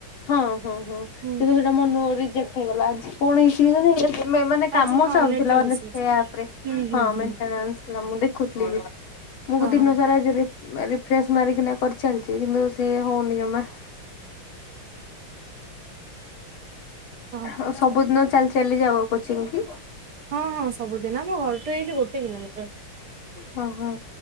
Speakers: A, on the left; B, on the right.
A: ହଁ ହଁ ହଁ କିନ୍ତୁ
B: ହୁଁ
A: ସେଇଟା ମନୁ ରିଜେକ୍ଟ ହେଇଗଲା ଆଜି। ପୁଣି <unintelligible> ମାନେ କାମ
B: ଆଜି ହଁ
A: ଚାଲୁଥିଲା
B: ନେଟୱାର୍କ
A: ମାନେ
B: ଇସୁ ଅଛି
A: ୟା ଉପରେ
B: ହୁଁ ହୁଁ
A: ହଁ
B: ହୁଁ
A: ମେଣ୍ଟେନାନ୍ସ ହେଲା ମୁଁ ଦେଖୁଥିଲି ବି ମୁଁ
B: ହଁ।
A: ଦିନ ସାରା ରି ରିଫ୍ରେସ ମାରିକିନା କରିଚାଲିଚି କିନ୍ତୁ ସିଏ ହଉନି ଜମା।
B: ହଁ
A: ଆଉ ସବୁଦିନ ଚାଲି ଚାଲି ଯାଉ କୋଚିଂ କି?
B: ହଁ ହଁ ସବୁଦିନ ଆମ ଘରଠୁ ଏଇଠି ଗୋଟେ କିଲୋମିଟର।
A: ହଁ ହଁ